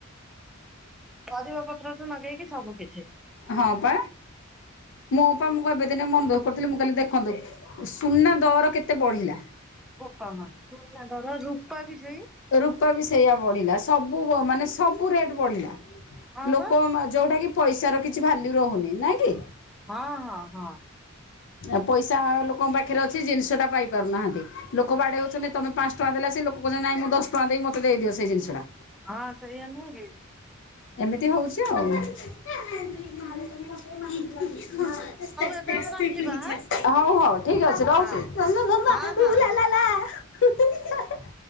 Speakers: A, in the centre; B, on the left.
A: ପରିବା ପତ୍ର କୁ ନଗେଇକି ସବୁ କିଛି।
B: ହଁ ପା ମୁଁ ପା ମୁଁପା ଏବେ ଦିନେ ମନଦୁଃଖ କରୁଥିଲି ମୁଁ କହିଲି ଦେଖନ୍ତୁ ସୁନା ଦର କେତେ ବଢିଲା?
A: ଉପମା ସୁନା ଦର ରୂପା ବି ସେଇ।
B: ରୂପା ବି ସେଇଆ ବଢିଲା ସବୁ ଗୋ ମାନେ ସ୍ ସବୁ ରେଟ୍ ବଢିଲା
A: ହଁ
B: ଲୋକ
A: ବା
B: ମା ଯଉଟା କିି ପଇସାର କିଛି ଭ୍ୟାଲ୍ୟୁ ରହୁନି ନାଇଁ କି?
A: ହଁ ହଁ ହଁ।
B: ଆ ପଇସା ଲୋକଙ୍କ ପାଖରେ ଅଛି ଜିନିଷଟା ପାଇ ପାରୁନାହାନ୍ତି। ଲୋକ ବାଡେଇ ହଉଚନି ତମେ ପାଞ୍ଚ ଟଙ୍କା ଦେଲେ ଆସିକି ଲୋକ କହୁଚନି ନାଇଁ ମୁଁ ଦଶଟଙ୍କା ଦେଇ ମତେ ଦେଇଦିଅ ସେଇ ଜିନିଷଟା।
A: ହଁ ସେୟା ନୁଏକି।
B: ଏମିତି ହଉଛି ଆଉ ହଉ ହଉ
A: ଏବେ ଆମେ ରଖିବା ଆଁ
B: ଠିକ ଅଛି
A: ହଁ ହଁ
B: ରହୁଛି?
A: ହଁ ହଁ।
B: <inaudible>